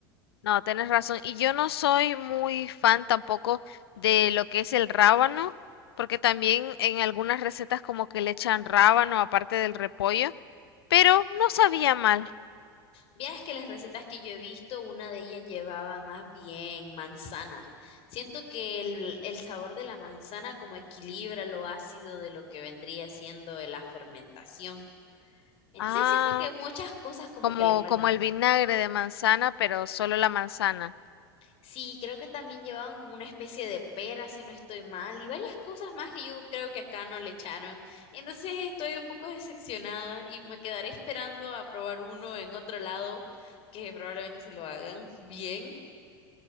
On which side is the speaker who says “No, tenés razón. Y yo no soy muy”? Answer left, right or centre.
Left